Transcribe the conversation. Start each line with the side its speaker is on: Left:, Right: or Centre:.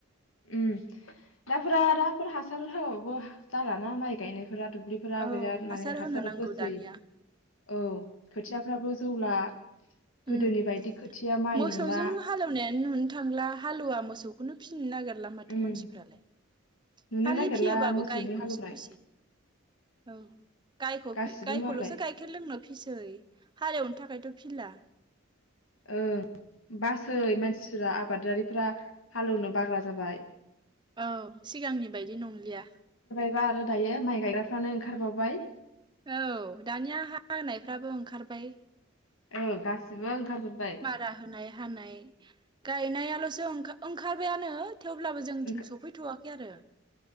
Left: उम दाफोरा दा बेफोर हासार होआबाबो जालाना माइ गायनाय फोरा दुब्लिफोरा
Right: औ
Left: बिराद माने
Right: होनो
Left: हासार
Right: नांगौ
Left: बोसै
Right: दानिया
Left: औ खोथियाफ्राबो जौला। गोदोनि
Right: अम
Left: बायदि खोथिया माइ
Right: मोसौजों
Left: नंला
Right: हालौनायानो नुनो थांला हालौवा मोस खौनो फिसिनो नागेर नुला माथो
Left: उम
Right: मानसिफ्रालाय
Left: नुनो
Right: खालि
Left: नागिरला
Right: फियोबाबो
Left: मोसौनि
Right: गायखौल'सो
Left: हालेवनाय
Right: फिसै औ गायखौ
Left: गासिबो
Right: फि गायखौल'सो
Left: मालाय
Right: गाइखेर लोंनो फि फिसै हालेवनो थाखायथ' फिला
Left: ओ बास सै मानसिफोरा आबादारिफोरा हालौनो बाग्रा जाबाय।
Right: औ सिगांनि बायदि नंलिया।
Left: फ्रा आरो दायो माइ गायग्राफ्रानो ओंखारबावबाय।
Right: औ दानिया हा होनायफ्राबो ओंखार बाय
Left: ओ गासिबो ओंखारजोब्बाय
Right: मारा होनाय हानाय गायनाया ओलसो ओंखा ओंखारबायानो। थेवब्लाबो जोंथिं
Left: ओंखा-
Right: सफैथवाखै आरो